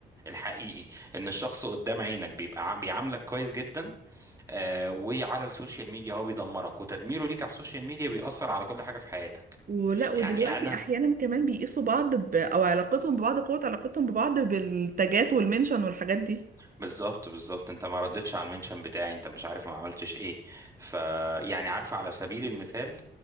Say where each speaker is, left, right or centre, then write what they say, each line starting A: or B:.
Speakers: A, on the right; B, on the right.
A: الحقيقي ان الشخص قدام عينك بيبقى ع- بيعاملك كويس جدا آه، وعلى السوشيال ميديا هو بيدمرك وتدميره ليك على السوشيال ميديا بيأثر على كل حاجه في حياتك
B: ولا ودلوقتي
A: يعني انا
B: احيانا كمان بيقيسوا بعض ب... او علاقتهم ببعض قوة علاقتهم ببعض بالتاجات والمنشن والحاجات دي
A: بالظبط بالظبط انت ما ردتش على المنشن بتاعي انت مش عارف ما عملتش ايه ف يعني عارف على سبيل المثال